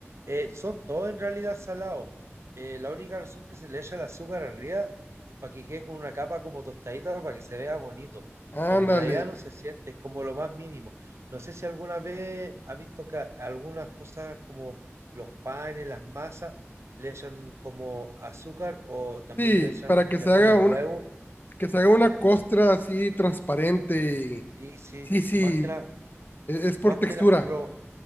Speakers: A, on the right; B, on the left.
A: eh, son todos en realidad salados. Eh, la única razón que se le echa el azúcar arriba es para que quede con una capa como tostadita para que se vea bonito.
B: Ándale.
A: Pero en realidad no se siente, es como lo más mínimo. No sé si alguna vez has visto que algunas cosas como los panes, las masas, le echan como azúcar o también
B: Sí,
A: le echan,
B: para que se
A: le ponen
B: haga una,
A: huevo.
B: que se haga una costra así transparente. y-
A: Sí, sí,
B: Sí, sí,
A: más que nada.
B: e- es por
A: Más
B: textura.
A: que la, pero